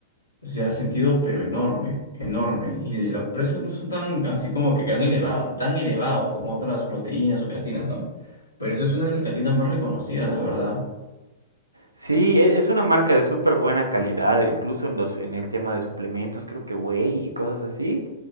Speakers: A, on the left; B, on the right.
A: se ha sentido pero enorme, enorme, y los precios no son tan así como que tan elevados, tan elevados como otras proteínas o creatinas, ¿no? Pero esta es una de las creatinas más reconocidas, la verdad.
B: Sí, e- es una marca de súper buena calidad, incluso en los, en el tema de suplementos, creo que whey y cosas así.